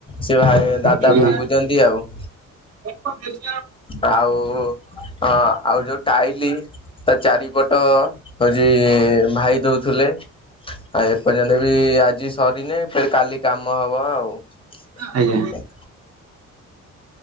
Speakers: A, on the left; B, on the right.
A: ସେ ଦାଦା
B: ଆଜ୍ଞା।
A: ଭାଙ୍ଗୁଛନ୍ତି ଆଉ।
B: <unintelligible>
A: ଆଉ ଅ ଆଉ ଯୋଉ ଟାଇଲି ତା ଚାରିପଟ ହଉଛି ଭାଇ ଦଉଥିଲେ ଆଉ ଏପର୍ଯ୍ୟନ୍ତ ବି ଆଜି ଆଜିସରିନେ ଫେର କାଲି କାମ ହବ ଆଉ ହଁ।
B: ଆଜ୍ଞା।